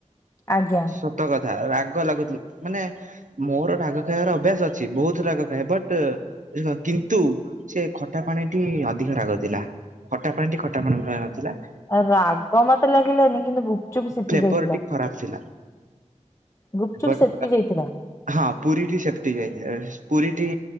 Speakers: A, on the left; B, on the right.
A: ଆଜ୍ଞା।
B: ସତ କଥା ରାଗ ଲାଗୁ ମାନେ ମୋର ରାଗ ଖାଇବାର ଅଭ୍ୟାସ ଅଛି ବହୁତ ରାଗ ଖାଇଏ ବଟ୍ କିନ୍ତୁ ସେ ଖଟା ପାଣିଟି ଅଧିକ ରାଗ ଥିଲା ଖଟା ପାଣିଟି ଖଟା ପାଣି ଭଳିଆ ନଥିଲା
A: ରାଗ ମତେ ଲାଗିଲାନି କିନ୍ତୁ ଗୁପଚୁପ୍ ସେପି
B: ଫ୍ଲେଭର୍
A: ଯାଇଥିଲା
B: ଟି ଖରାପ ଥିଲା।
A: ଗୁପଚୁପ୍
B: ବଟ୍
A: ସେପି ଯାଇଥିଲା।
B: ହଁ ପୁରୀ ସେପତି ଯାଇ ପୁରୀ ଟି